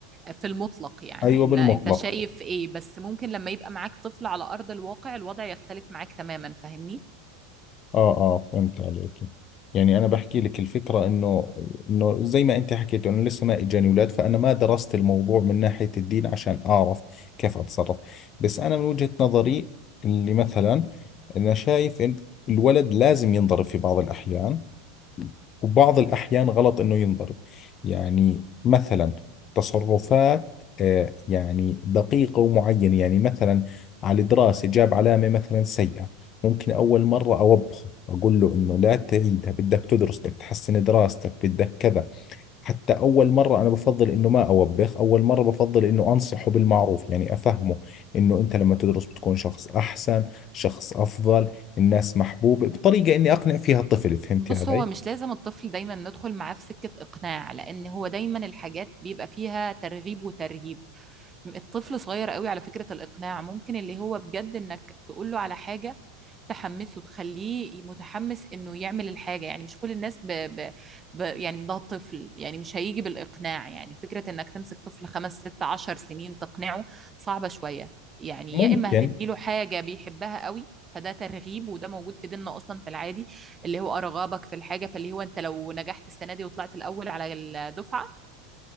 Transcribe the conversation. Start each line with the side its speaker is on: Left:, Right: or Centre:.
Right: في المطلق يعني
Left: أيوة
Right: إن
Left: بالمطلق
Right: أنت شايف إيه بس ممكن لما يبقى معاك طفل على أرض الواقع الوضع يختلف معاك تماما فاهمني
Left: اه اه فهمت عليك يعني انا بحكي لك الفكره انه انه زي ما انت حكيت انه لسه ما اجاني اولاد فانا ما درست الموضوع من ناحيه الدين عشان اعرف كيف اتصرف بس انا من وجهه نظري اللي مثلا انا شايف ان الولد لازم ينضرب في بعض الاحيان وبعض الأحيان غلط إنه ينضرب يعني مثلا تصرفات آه، يعني دقيقة ومعينة يعني مثلا على دراسة جاب علامة مثلا سيئة ممكن أول مرة أوبخه أقول له إنه لا تعيدها بدك تدرس بدك تحسن دراستك بدك كذا حتى أول مرة أنا بفضل إنه ما أوبخ أول مرة بفضل إنه أنصحه بالمعروف يعني أفهمه إنه أنت لما تدرس بتكون شخص أحسن شخص أفضل الناس محبوبة بطريقة إني أقنع فيها الطفل فهمتي
Right: بص
Left: علي؟
Right: هو مش لازم الطفل دايما ندخل معاه في سكة إقناع لأن هو دايما الحاجات بيبقى فيها ترغيب وترهيب الطفل صغير قوي على فكرة الإقناع ممكن اللي هو بجد إنك تقوله على حاجة تحمسه تخليه متحمس إنه يعمل الحاجة يعني مش كل الناس ب... ب... ب... يعني ده طفل يعني مش هيجي بالإقناع يعني فكرة إنك تمسك طفل خمس ست عشر سنين تقنعه صعبة شوية يعني
Left: ممكن
Right: يا إما هتديله حاجة بيحبها قوي فده ترغيب وده موجود في ديننا اصلا في العادي اللي هو ارغبك في الحاجه فاللي هو انت لو نجحت السنه دي وطلعت الاول على الدفعه